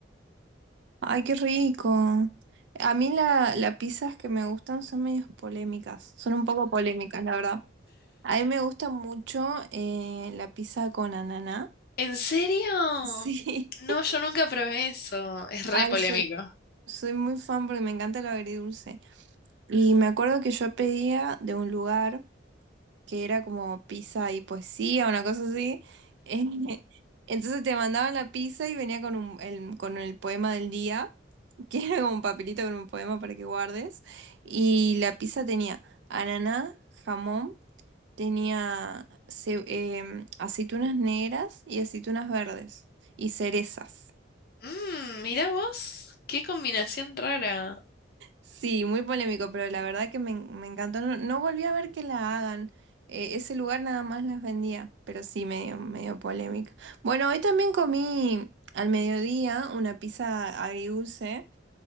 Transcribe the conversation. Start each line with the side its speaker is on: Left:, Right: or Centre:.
Right: Ay, qué rico. A mí la, las pizzas que me gustan son medias polémicas. Son un poco polémicas, la verdad. A mí me gusta mucho eh, la pizza con ananá.
Left: ¿En serio?
Right: <laughs> Sí.
Left: No, yo nunca probé eso. Es re
Right: Ay,
Left: polémico.
Right: soy, soy muy fan porque me encanta lo agridulce. Y me acuerdo que yo pedía de un lugar que era como pizza y poesía, una cosa así. <laughs> eh, Entonces te mandaban la pizza y venía con un- el, con el poema del día, <laughs> que era como un papelito con un poema para que guardes. Y la pizza tenía ananá, jamón, tenía ce- em, aceitunas negras y aceitunas verdes y cerezas.
Left: Mmm, mirá vos, qué combinación rara.
Right: Sí, muy polémico, pero la verdad que me, en- me encantó. No, no volví a ver que la hagan. Eh, ese lugar nada más las vendía, pero sí, medio, medio polémica. Bueno, hoy también comí al mediodía una pizza agridulce